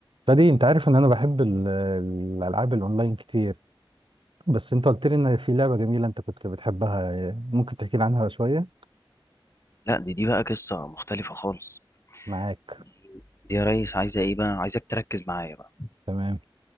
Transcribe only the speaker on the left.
لا دي دي بقى قصة مختلفة خالص
دي دي يا ريس عايزة ايه بقى عايزك تركز معايا بقى